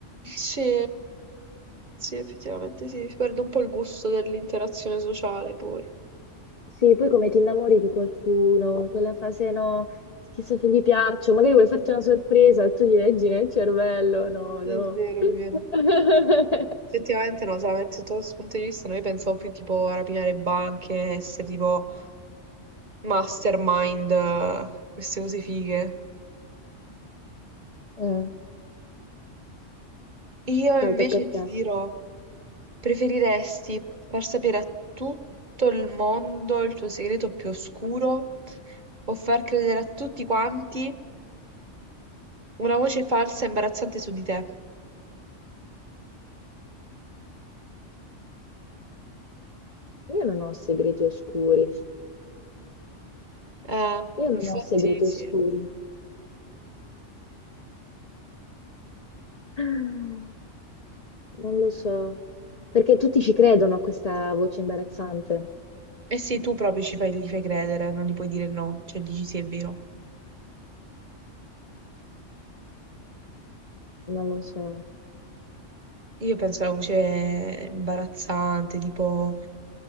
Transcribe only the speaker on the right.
Sì, sì, effettivamente sì, si perde un po' il gusto dell'interazione sociale poi.
È
vero,
è vero. Effettivamente no, solamente sotto questo punto di vista noi pensavo più tipo a rapinare banche, essere tipo mastermind, eh, queste cose fighe.
Io invece
ti
dirò. Preferiresti far sapere a tutto il mondo il tuo segreto più oscuro o far credere a tutti quanti una voce falsa e imbarazzante su di te?
Eh,
infatti
sì.
Eh sì, tu proprio ci fai, gli fai credere, non gli puoi dire no, cioè dici sì, è vero.
Io penso alla voce imbarazzante, tipo